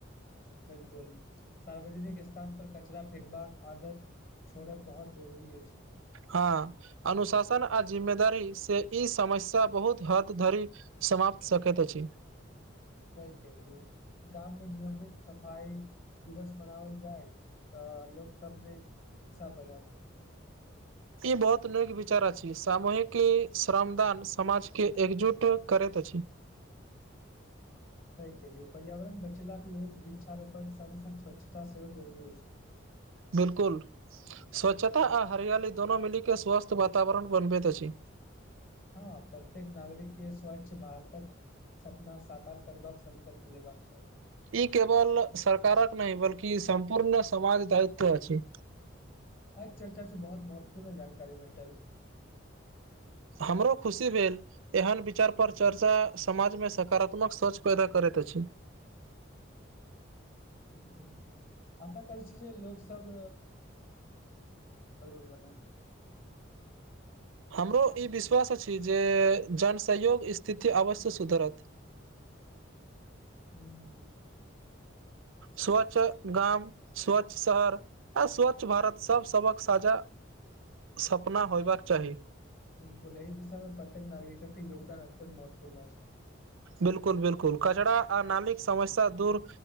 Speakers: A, on the left; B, on the right.
A: बिल्कुल, सार्वजनिक स्थानपर कचरा फेकबाक आदत छोड़ब बहुत जरूरी अछि।
B: हँ, अनुशासन आ जिम्मेदारीसँ ई समस्या बहुत हद धरि समाप्त सकैत अछि।
A: सही कहलहुँ, गाममे नियमित रूपसँ सफाई दिवस मनाओल जाय। तऽ लोकसभमे उत्साह बढ़त। <inaudible>
B: ई बहुत नीक विचार अछि। सामूहिक श्रमदान समाजकेँ एकजुट करैत अछि।
A: सही कहलहुँ, पर्यावरण बचाबय लेल वृक्षारोपणसँ संगहि स्वच्छता सेहो जरूरी अछि।
B: बिलकुल। स्वच्छता आ हरियाली दुनू मिलिकऽ स्वस्थ वातावरण बनबैत अछि।
A: हँ, प्रत्येक नागरिककेँ स्वच्छ भारतक सपना साकार करबाक संकल्प लेबाक चाही।
B: ई केवल सरकारक नहि, बल्कि सम्पूर्ण समाजक दायित्व अछि।
A: आइ चर्चा सँ बहुत महत्वपूर्ण जानकारी भेटल।
B: हमरो खुशी भेल। एहन विचारपर चर्चा समाजमे सकारात्मक सोच पैदा करैत अछि।
A: हँ, आशा करैत छी जे लोकसभ क ब <unintelligible>
B: हमरो ई विश्वास अछि जे जनसहयोगसँ स्थिति अवश्य सुधरत।
A: हू
B: स्वच्छ गाम, स्वच्छ शहर। आ स्वच्छ भारत सभक साझा सपना होयबाक चाही।
A: बिल्कुल, एहि दिशामे प्रत्येक नागरिकक योगदान अत्यन्त महत्वपूर्ण अछि।
B: बिल्कुल बिल्कुल, कचरा आ नालाक समस्या दूर